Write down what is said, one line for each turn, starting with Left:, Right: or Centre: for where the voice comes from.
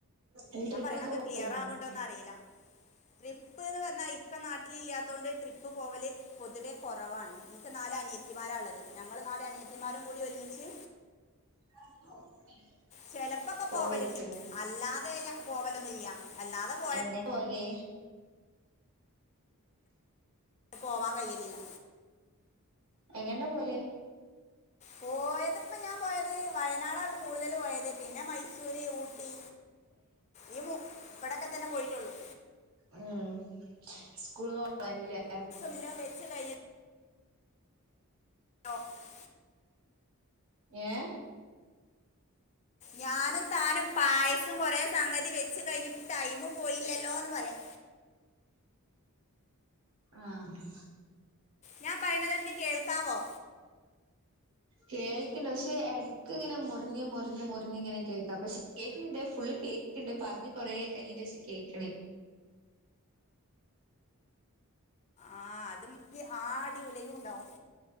Right: ഇങ്ങള്
Left: ഞാമ്പറയണൊക്കെ
Right: ട്രിപ്പൊക്കെ പോവലുണ്ടോ
Left: ക്ലിയറാവ്ണ്ടോന്നറീല ട്രിപ്പ് ന്ന് പർഞാ ഇക്ക നാട്ടില് ല്ല്യാത്തൊണ്ട് ട്രിപ്പ് പോവല് പൊതുവെ കൊറവാണ് ഇൻക്ക് നാല് അനിയത്തിമാരാള്ളത് ഞങ്ങള് നാല് അനിയത്തിമാരും കൂടി ഒരുമിച്ച്
Right: <unintelligible>
Left: ചെലപ്പൊക്കെ
Right: പോവായിരിക്കുംല്ലേ
Left: പോവല്ണ്ട് അല്ലാതെ ഞാ പോവലൊന്നുല്ല്യാ അല്ലാതെ പോയ
Right: ങ്ങനെ പോവല്
Left: പോവാകയ്യലില്ല
Right: എങ്ങണ്ടാ പോവല്
Left: പോയത് ഇപ്പൊ ഞാമ്പോയത് വയനാടാണ് കൂടുതല് പോയത് പിന്നെ മൈസൂര്, ഊട്ടി ഈ മൂ ഇവിടൊക്കെത്തന്നെ പോയിട്ടൊള്ളു
Right: ഉം സ്കൂൾന്ന് പോണരില്ലേ
Left: ല്ലോം വെച്ച് കയ്ഞ്ഞി <unintelligible>
Right: ഏഹ്
Left: ഞാനും താനും പായസം കൊറേ സംഗതി വെച്ച് കയ്ഞ്ഞ് ടൈമ് പോയില്ലല്ലോന്ന് പറയാ
Right: ആഹ്
Left: ഞാ പറയ്ണതൻക്ക് കേൾക്കാവോ?
Right: കേൾക്ക്ണ്ട് പക്ഷെ എടക്ക് ഇങ്ങനെ മുറിഞ്ഞ് മുറിഞ്ഞ് മുറിഞ്ഞ് ഇങ്ങനെ കേക്കാ പക്ഷെ കേൾക്ക്ണ്ട് ഫുള്ള് കേക്ക്ണ്ട് പറഞ്ഞ് കൊറേ കയിന്റെശ കേക്ക്ണേ
Left: ആഹ് അത് ഉം ക്ക് ആടി ഉലയൂണ്ടാവും